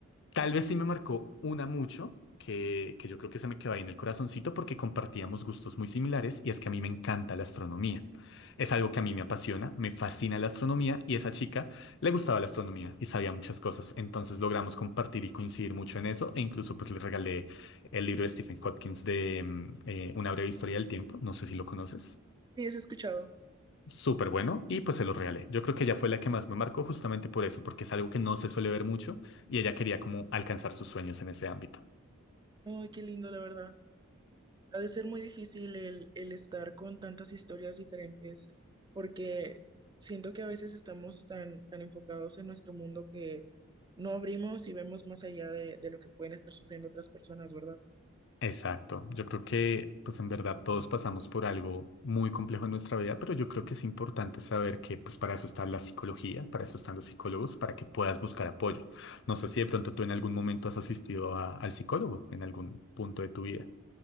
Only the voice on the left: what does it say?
Tal vez sí me marcó una mucho, que, que yo creo que se me quedó ahí en el corazoncito porque compartíamos gustos muy similares y es que a mí me encanta la astronomía. Es algo que a mí me apasiona, me fascina la astronomía y esa chica le gustaba la astronomía y sabía muchas cosas. Entonces logramos compartir y coincidir mucho en eso e incluso pues le regalé el libro de Stephen Hawking de mm, eh, Una breve historia del tiempo, no sé si lo conoces
súper bueno y pues se lo regalé. Yo creo que ella fue la que más me marcó justamente por eso, porque es algo que no se suele ver mucho y ella quería como alcanzar sus sueños en ese ámbito.
Exacto. Yo creo que pues en verdad todos pasamos por algo muy complejo en nuestra vida, pero yo creo que es importante saber que pues para eso está la psicología, para eso están los psicólogos, para que puedas buscar apoyo. No sé si de pronto tú en algún momento has asistido a- al psicólogo en algún punto de tu vida.